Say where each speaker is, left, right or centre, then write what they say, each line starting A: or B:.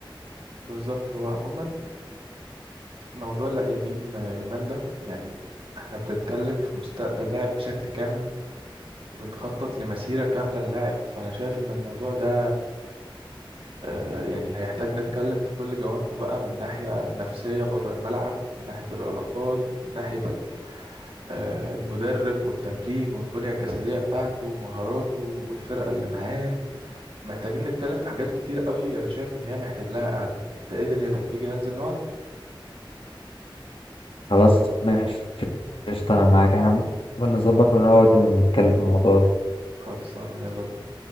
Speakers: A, on the right; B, on the left.
A: بالظبط هو عموما موضوع لا يمين آه، يامال ده يعني احنا بنتكلم في مستقبل لاعب بشكل كامل وبنخطط لمسيرة كاملة للاعب فانا شايف ان الموضوع ده آه، يعني هيحتاج نتكلم في كل جوانبه بقى من ناحية النفسية بره الملعب ومن ناحية العلاقات ومن ناحية ال- آه، المدرب والتمرين والبنية الجسدية بتاعته ومهاراته والفرقة اللي معاه محتاجين نتكلم في حاجات كتير قوي انا شايف ان هي محتاج لها قعدة انت ايه دنيتك تيجي ننزل نقعد
B: خلاص ماشي قشطة انا معاك احنا ممكن نظبط ونقعد ونتكلم في الموضوع ده
A: خلصانة يلا بينا